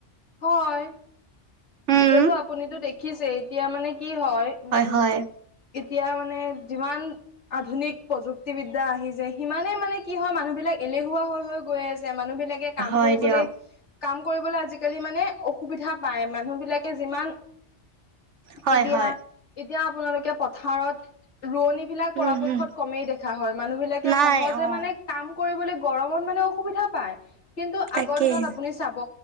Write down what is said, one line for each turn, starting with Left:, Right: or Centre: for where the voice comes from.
Left: হয়।
Right: উম
Left: এতিয়াতো আপুনিতো দেখিছেই, এতিয়া মানে কি হয় উম
Right: হয় হয়।
Left: এতিয়া মানে যিমান আধুনিক প্ৰযুক্তিবিদ্যা আহি যায় সিমানে মানে কি হয়, মানুহবিলাক এলেহুৱা হৈ হৈ গৈ আছে। মানুহবিলাকে কাম
Right: হয়
Left: কৰিবলৈ
Right: দিয়ক
Left: কাম কৰিবলৈ আজিকালি মানে অসুবিধা পায়। মানুহবিলাকে যিমান
Right: হয়
Left: এতিয়া
Right: হয়
Left: এতিয়া আপোনালোকে পথাৰত ৰোৱনী বিলাক পৰাপক্ষত
Right: উম হম
Left: কমেই দেখা হয়। মানুহবিলাকে
Right: নাই
Left: সহজে
Right: অ
Left: মানে কাম কৰিবলৈ গৰমত মানে অসুবিধা পায়। কিন্তু
Right: তাকেই
Left: আগৰ দিনত আপুনি চাব